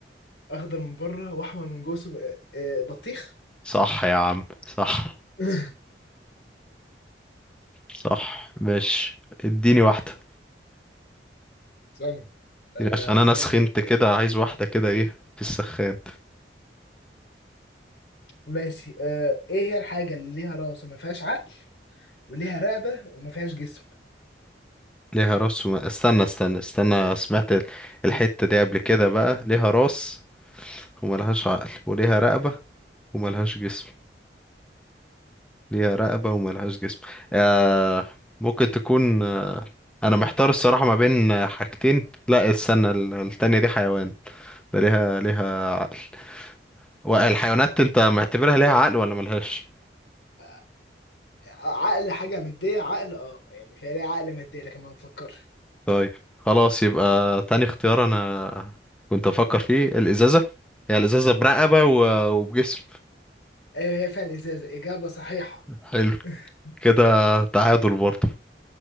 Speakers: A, on the left; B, in the centre.
A: أخضر من بره وأحمر من جوه سم... آه آه، بطيخ
B: صح يا عم صح
A: <laughs>
B: صح ماشي اديني واحدة
A: ثانية
B: اديني
A: آه
B: عشان انا
A: عندنا
B: سخنت
A: ايه تاني؟
B: كده عايز واحدة كده ايه في السخان
A: ماشي آه ايه هي الحاجة اللي ليها راس وما فيهاش عقل وليها رقبة وما فيهاش جسم
B: ليها راس وما... استنى استنى استنى سمعت ال- الحتة دي قبل كده بقى ليها راس وملهاش عقل وليها رقبة وملهاش جسم ليها رقبة وملهاش جسم آه ممكن تكون آه أنا محتار الصراحة ما بين آه، حاجتين لا استنى ال- التانية دي حيوان ده ليها ليها عقل والحيوانات أنت معتبرها ليها عقل ولا ملهاش
A: آه آه، عقل حاجة مادية عقل اه يعني فيها ليها عقل مادية لكن ما بتفكرش
B: طيب خلاص يبقى تاني اختيار أنا كنت أفكر فيه الإزازة هي الإزازة برقبة و- وبجسم
A: ايوه هي فعلا ازازة اجابة صحيحة
B: حلو
A: <laughs>
B: كده تعادل برضه